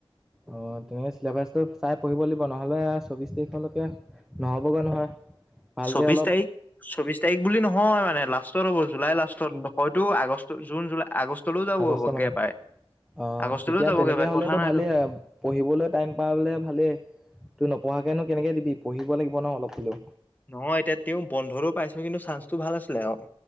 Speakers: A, in the centre; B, on the left.
A: অ' তেনেহ'লে চিলেবাছটো চাই পঢ়িব লাগিব, নহ'লে চৌবিছ তাৰিখলৈকে নহ'বগে নহয়। ভালকে
B: চৌবিছ
A: অলপ
B: তাৰিখ! চৌবিছ তাৰিখ বুলি নহয় মানে। লাষ্টত হ'ব, জুলাই লাষ্টত। হয়তো আগষ্ট, জুন-জুলাই আগষ্টলৈও যাবগে
A: আগষ্ট মানত
B: পাৰে।
A: অ'
B: আগষ্টলৈও
A: তেতিয়া
B: যাবগে
A: তেনেকে
B: পাৰে
A: হ'লেতো
B: কথা নাইতো
A: ভালেই। পঢ়িবলে টাইম পালে ভালেই। তই নপঢ়াকেনো কেনেকে দিবি? পঢ়িব লাগিব ন' অলপ হ'লেও।
B: নহয় এতিয়া তেওঁ বন্ধটো পাইছো কিন্তু চান্সটো ভাল আছিলে আও।